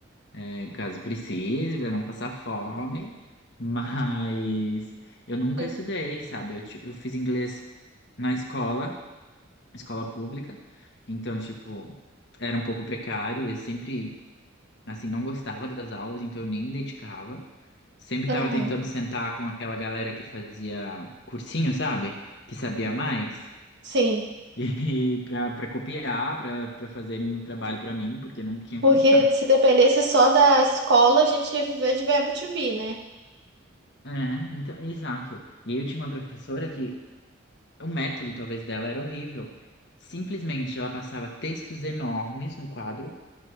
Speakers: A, on the left; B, on the right.
A: eh, caso precise, pra não passar fome. Mas eu nunca
B: Hum,
A: estudei, sabe? Eu, ti- eu fiz inglês na escola, escola pública. Então, tipo, era um pouco precário e eu sempre Assim, não gostava das aulas, então eu nem me dedicava. Sempre estava
B: Aham.
A: tentando sentar com aquela galera que fazia cursinho, sabe? Que sabia mais.
B: Sim,
A: E <laughs> para para copiar, para para fazerem o trabalho para mim, porque não tinha
B: porque
A: condição.
B: se dependesse só da escola, a gente ia viver de verbo to be, né?
A: É, então, exato. E aí eu tinha uma professora que o método talvez dela era horrível. Simplesmente ela passava textos enormes no quadro